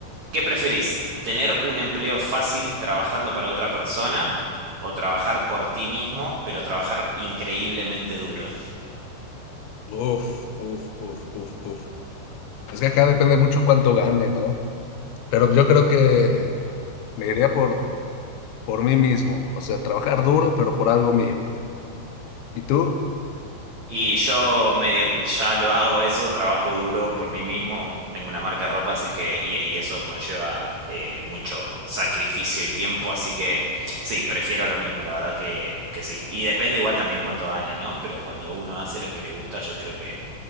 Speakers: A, on the right; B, on the left.
A: ¿Qué preferís? ¿Tener un empleo fácil trabajando para otra persona o trabajar por ti mismo, pero trabajar increíblemente duro?
B: Uf, uf, uf, uf, uf. Es que acá depende mucho cuánto gane, ¿no? Pero yo creo que me iría por, por mí mismo, o sea, trabajar duro, pero por algo mío. ¿Y tú? O
A: Y yo me- ya lo hago eso, trabajo duro por mí mismo, tengo una marca de ropa, así que, y, y eso conlleva eh, mucho sacrificio y tiempo, así que sí, prefiero lo mismo, la verdad que, que sí. Y depende igual también cuánto ganes, ¿no? Pero cuando uno hace lo que le gusta, yo creo que